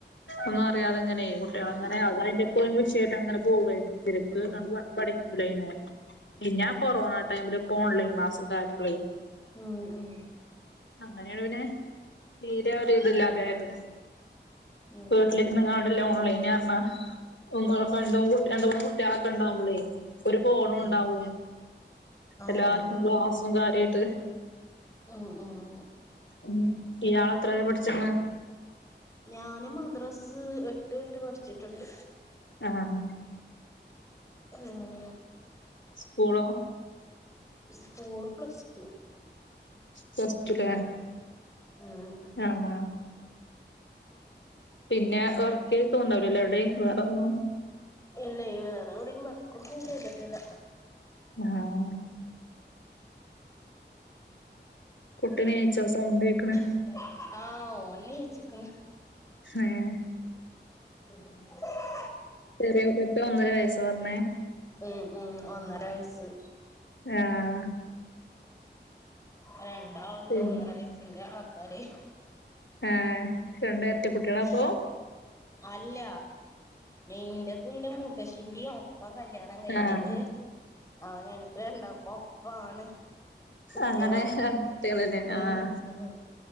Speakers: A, on the left; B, on the left.
A: ഒന്നും അറിയതെങ്ങനെയി കുട്ടികൾ അങ്ങനെയ
B: ഉം
A: അത് അതിന്റെ എപ്പോഴും വിഷയായിട്ട് അങ്ങനെ പോവയിരുന്നു. <unintelligible>
B: ഉം
A: പിന്നാ കോറോണ ടൈമില്. പ്പോ ഓൺലൈൻ ക്ലാസോക്ക ആയിപ്പളെ
B: ഉംഉം
A: അങ്ങനെയാണ് പിന്നെ തീരെ ഒരു ഇതില്ലാതയെത്.
B: ഉം
A: വീട്ടിലിരുന്ന്കാണ്ട്ള്ള ഓൺലൈൻ കാരണ <unintelligible> ട്ടിയോളോക്കെ ഉണ്ടാവുമ്പോളെ ഒരു ഫോണുണ്ടാവും
B: ആഹ് ആഹ്
A: എല്ലാർക്കും ക്ലാസ്സും കാര്യായിട്ട്.
B: ഉം ഉം
A: ഉം. ഇയാള് എത്ര വരെ പഠിച്ചിക്ക്ണ്
B: ഞാന് മദ്രസ് എട്ട് വരെ പഠിച്ചിട്ടുണ്ട്.
A: ആഹ്
B: ഉം
A: സ്കൂളോ?
B: സ്കൂള് പ്ലസ്ടു
A: പ്ലസ്റ്റു കെ
B: ഉം ഹും
A: ആഹ് പിന്നെ ഒറക്കി തോന്നുണ്ടാവൂലലേ എവിടെയും വെറെന്നും.
B: ഇല്യേയ് വെറെവിടെം വർക്കൊന്നും ചെയ്തിട്ടില്ല.
A: ആഹ് കുട്ടിനീച്ചോ സൗണ്ടെക്ക്ണ്
B: <unintelligible> ആഹ് ഓൻ നീച്ച്ക്ക്ണ്.
A: ഏഹ്
B: <inaudible>
A: ചെറിയ കുട്ടി ഒന്നര വയസ്സ് പറഞ്ഞേ
B: ഉം ഉം ഒന്നര വയസ്
A: ആഹ്
B: രണ്ടാളുണ്ട്
A: പിന്നെ
B: ഒന്നര വയസ്സിന്റെ ആൾക്കാര്ഹ്
A: ആഹ് രണ്ട്
B: <unintelligible>
A: എരട്ട കുട്ടികളാ അപ്പൊ
B: അല്ല. നിന്റെതന്റെ മുതശീന്റെയും ഒപ്പം കല്യാ ണം കഴിഞ്ഞത്
A: ആഹ്
B: ആഹ് ഞങ്ങക്ക് രണ്ടാകൊപ്പാണ്. കുട്ട്യെളും
A: അങ്ങനെ രണ്ട് കുട്ടികളല്ലേ
B: ഹും
A: ആഹ്
B: ഹും ഹും